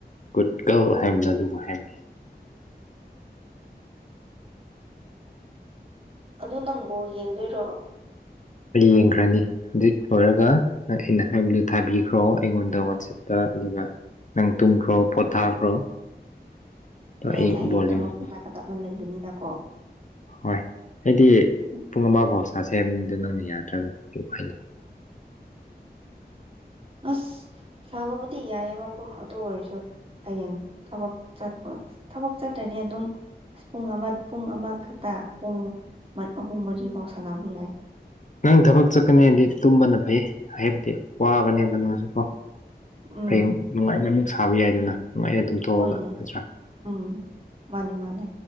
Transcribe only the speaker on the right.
ꯑꯗꯣ ꯅꯪ ꯕꯣꯜꯌꯦꯡꯗꯣꯏꯔꯣ
ꯑꯩꯅꯥ
ꯍꯌꯦꯡ
ꯊꯕꯛ
ꯂꯥꯛꯀꯗꯕ ꯂꯩꯕꯅꯤꯅꯀꯣ
ꯎꯝ,
ꯑꯁ ꯁꯥꯕꯕꯨꯗꯤ ꯌꯥꯏꯑꯕꯀꯣ ꯑꯗꯨ ꯑꯣꯏꯔꯁꯨ ꯍꯌꯦꯡ ꯊꯕꯛ ꯆꯠꯄ ꯊꯕꯛ ꯆꯠꯇ ꯑꯗꯨꯝ ꯄꯨꯡ ꯑꯃ ꯄꯨꯡ ꯑꯃꯈꯛꯇ ꯄꯨꯡ ꯑꯍꯨꯝ ꯃꯔꯤꯐꯥꯎ ꯁꯥꯟꯅꯕ ꯌꯥꯏ
ꯎꯝ
ꯍꯣꯏꯅꯦ
ꯎꯝ ꯃꯥꯅꯦ ꯃꯥꯅꯦ